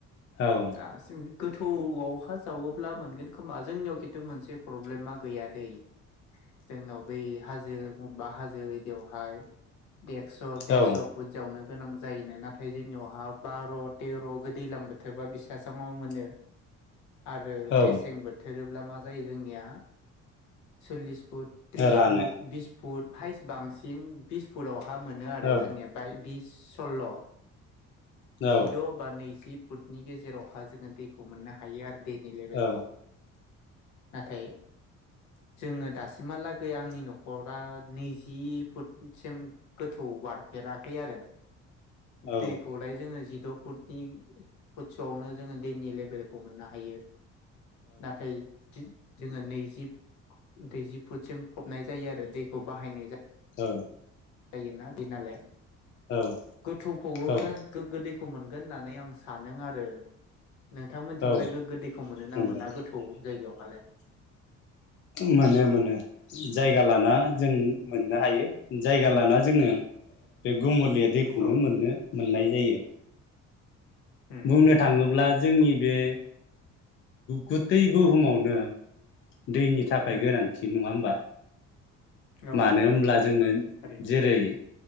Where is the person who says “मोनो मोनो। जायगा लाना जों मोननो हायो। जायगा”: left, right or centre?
Left